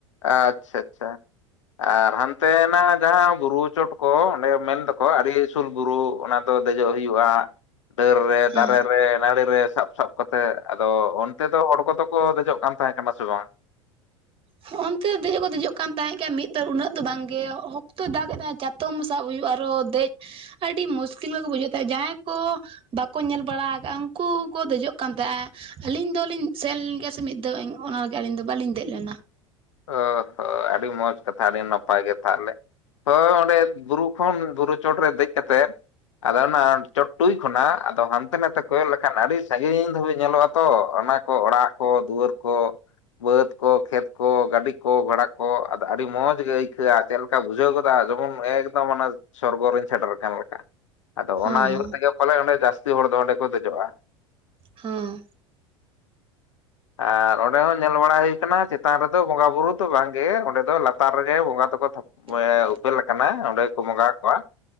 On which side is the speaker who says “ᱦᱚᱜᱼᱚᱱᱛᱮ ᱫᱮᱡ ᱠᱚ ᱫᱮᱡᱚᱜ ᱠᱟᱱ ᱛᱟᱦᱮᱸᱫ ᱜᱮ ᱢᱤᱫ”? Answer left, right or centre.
Right